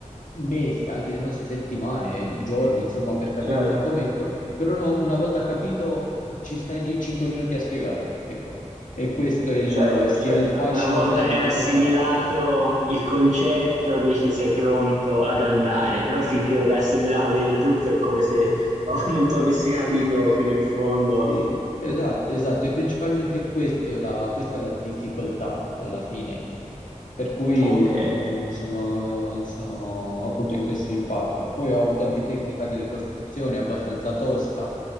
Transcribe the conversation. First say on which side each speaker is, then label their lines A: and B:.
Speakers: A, on the left (about 80°); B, on the right (about 65°).
A: mesi, anche non so, settimane, giorni, insomma, per capire
B: Certo.
A: un argomento, però no- una volta capito ci stai lì 5 minuti a spiegarlo, ecco. E questo è il,
B: Certo,
A: sia
B: certo.
A: il fascino
B: Una volta
A: che la
B: che
A: difficoltà.
B: hai assimilato il concetto, dici sei pronto ad andare, però finché non l'hai assimilato del tutto è come se no, <laughs> non tu avessi
A: Sì.
B: capito fino in fondo.
A: Sì, esatto, esatto, e principalmente questo la- questa è la difficoltà alla fine, per cui
B: Ok,
A: mh, sono, sono appunto in questo impatto. Poi ho avuto anche tecnica delle costruzioni abbastanza tosta,